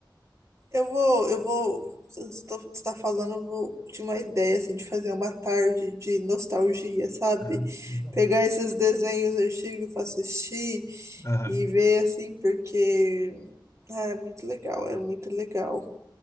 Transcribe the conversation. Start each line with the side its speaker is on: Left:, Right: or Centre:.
Right: eu vou, eu vou. Você está falando, eu vou de uma ideia assim de fazer uma tarde de nostalgia, sabe?
Left: Ah, que legal.
Right: Pegar esses desenhos antigos para assistir
Left: Aham.
Right: e ver assim, porque ah, era muito legal, era muito legal.